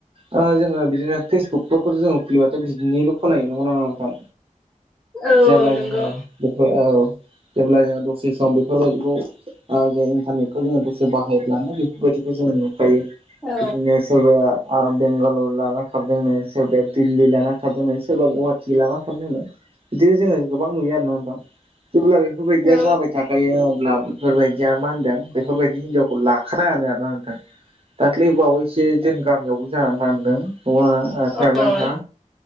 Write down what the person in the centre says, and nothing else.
औ
नंगौ
औ
औ
अ ओं